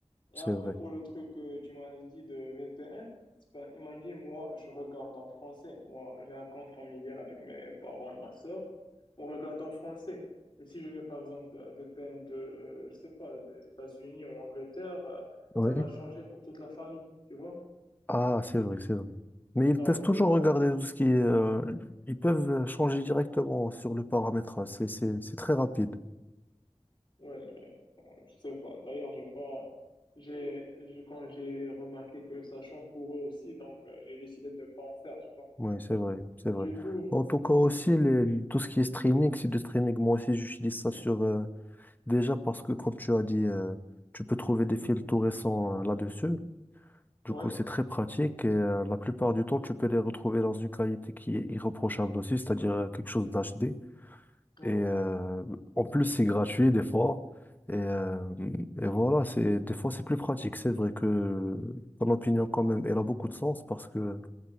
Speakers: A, on the left; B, on the left.
A: Et
B: c'est
A: après,
B: vrai.
A: pour le truc que tu m'as dit de VPN, c'est pas, imagine, moi, je regarde en français. Moi, j'ai un compte familial avec mes parents et ma sœur. On regarde en français. Et si je mets, par exemple, un VPN de, euh, je sais pas, des États-Unis ou l'Angleterre, euh,
B: Oui.
A: ça va changer pour toute la famille, tu vois?
B: Ah, c'est vrai, c'est vrai. Mais
A: Donc,
B: ils peuvent toujours
A: euh,
B: regarder tout ce qui est... euh, ils peuvent changer directement sur le paramétrage. C'est, c'est, c'est très rapide.
A: ouais, mais, euh, je sais pas. D'ailleurs, j'ai pas, j'ai, j'ai- quand j'ai remarqué que ça change pour eux aussi, donc, euh, j'ai décidé de ne pas en faire, tu vois?
B: Oui, c'est vrai, c'est
A: Du
B: vrai.
A: coup, je-
B: En tout cas aussi,
A: c'est pour,
B: les, tout ce qui est streaming, c'est du streaming. Moi aussi, j'utilise ça sur... euh, déjà parce que, comme tu as dit, euh, tu peux trouver des films tout récents euh, là-dessus. Du
A: ouais,
B: coup, c'est très pratique et euh, la plupart du temps, tu peux les retrouver dans une qualité qui est irréprochable aussi, c'est-à-dire euh, quelque chose d'HD.
A: ouais.
B: Et euh, en plus, c'est gratuit des fois. Et, euh, et voilà, c'est, des fois, c'est plus pratique. C'est vrai que ton opinion, quand même, elle a beaucoup de sens parce que